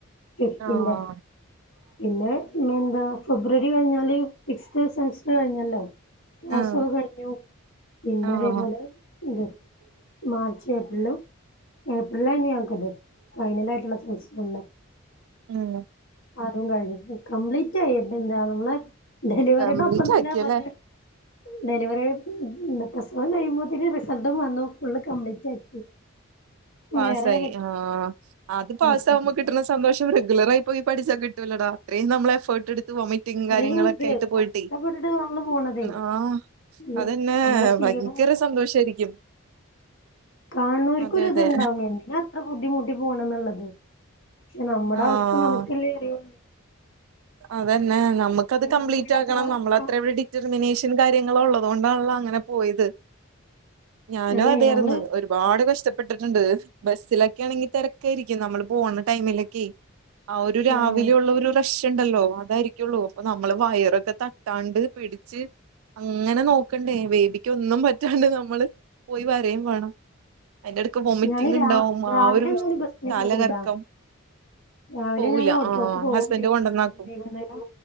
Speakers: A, on the left; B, on the right.
A: ഫിഫ്റ്റീൻ
B: ആഹ്
A: ഡേ പിന്നെ ഇനി എന്താ ഫെബ്രുവരി കഴിഞ്ഞാല് സിക്സ്ത് സെമസ്റ്റർ കഴിഞ്ഞാല്ലോ ക്ലാസ്സൊക്കെ
B: ആഹ്
A: കഴിഞ്ഞൂ പിന്നെ
B: ആഹ്
A: അതേപോലെ എന്ത് മാർച്ച് ഏപ്രിലും ഏപ്രിലാ ഇനി ഞങ്ങക്ക്ത് ഫൈനൽ ആയിട്ടുള്ള സെമെസ്റ്റർ ഉണ്ട്
B: ഉം
A: അതും കഴിഞ്ഞു കംപ്ലീറ്റ് ആയിട്ട് എന്താ നമ്മളെ ഡെലിവറിടൊപ്പം
B: കംപ്ലീറ്റ്
A: തന്നെ
B: ആക്കിയല്ലേ
A: മറ്റേ ഡെലിവറി മ് മ് പ്രസവം കഴിയുമ്പോത്തേന് റിസൾട്ടും വന്നു ഫുള്ള് കംപ്ലീറ്റ് ആക്കി
B: പാസായി
A: വേറെ
B: ആഹ് അത്
A: പാസ്സായി
B: പാസ് ആകുമ്പോ കിട്ടുന്ന സ് സന്തോഷം റെഗുലറായി പോയി പഠിച്ചാ കിട്ടൂലടാ അത്രയും നമ്മള് എഫോർട്ട് എടു വോമിറ്റിങ്ങ്
A: ഇത്രയും
B: കാര്യങ്ങളൊക്കെ
A: ഇത്
B: ആയിട്ട് പോയിട്ടേ
A: കഷ്ടപ്പെട്ടിട്ട് നമ്മള് പോണതേ
B: ആ
A: ഈ
B: അതന്നെ
A: നമ്മളെ ക്ഷീണവും
B: ഭ ഭയങ്കര സന്തോഷായിരിക്കും
A: കാണുന്നവർക്ക്
B: അതെ
A: ഒരു
B: അതെ
A: ഇത് ഇണ്ടാവും എന്തിനാ അത്ര ബുദ്ധിമുട്ടി പോണം എന്നുള്ളത് പക്ഷെ നമ്മുട
B: ആഹ്
A: അവസ്ഥ നമുക്കല്ലേ അറിയൂ
B: അതന്നെ നമുക്കത് കംപ്ലീറ്റ്
A: ഒന്നുമില്ലാത്തൊരവസ്ഥ
B: ആക്കണം നമ്മള അത്ര അവിടി ജർമ്മനേഷ്യൻ കാര്യങ്ങള് ഉള്ളത് കൊണ്ടാണല്ലോ അങ്ങനെ പോയത് ഞാനും
A: അല്ലേ
B: അതെയാർന്ന്
A: നമ്മള്
B: ഒരുപാട് കഷ്ടപ്പെട്ടിട്ടുണ്ട് ബസ്സിലൊക് ക്കെയാണെങ്കി തിരക്കായിരിക്കും നമ്മൾ പോകുന്ന ടൈമിലൊക്കെ ആ ഒരു രാവിലെ
A: ആഹ്
B: ഉള്ള ഒരു ട്ടുണ്ടല്ലോ അതായിരിക്കുള്ളൂ അപ്പൊ നമ്മള് വയറൊക്കെ തട്ടാണ്ട് പിടിച്ച് അങ്ങനെ നോക്കണ്ടേ ബേബിക്ക് ഒന്നും പറ്റാണ്ട് നമ്മള് പോയി വരയും വേണം അതിന്റെടക്ക് വൊമിറ്റിങ്
A: ഞാന് രാ
B: ഉണ്ടാവും
A: രാവിലെ
B: ആ ഒരു
A: ഞാന് ബസ്സിന്
B: തലകറക്കം
A: പോവൂല രാവിലെ
B: പോകൂല
A: ഞാൻ ഓട്ടോക്ക്
B: ആഹ്
A: പോകും
B: ഹസ്ബൻഡ് കൊണ്ടെന്നക്കും
A: വൈകുന്നേരം